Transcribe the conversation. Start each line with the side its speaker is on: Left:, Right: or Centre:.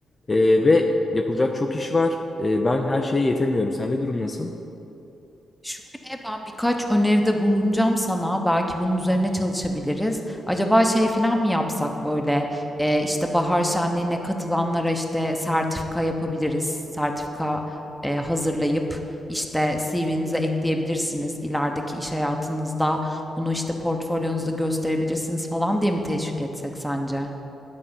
Left: E, ve yapılacak çok iş var. E, ben her şeye yetemiyorum. Sende durum nasıl?
Centre: Şöyle ben birkaç öneride bulunacağım sana. Belki bunun üzerine çalışabiliriz. Acaba şey falan mı yapsak böyle e, işte bahar şenliğine katılanlara işte sertifika yapabiliriz. Sertifika e, hazırlayıp işte CV'nize ekleyebilirsiniz. İlerideki iş hayatınızda bunu işte portfolyonuzda gösterebilirsiniz falan diye mi teşvik etsek sence?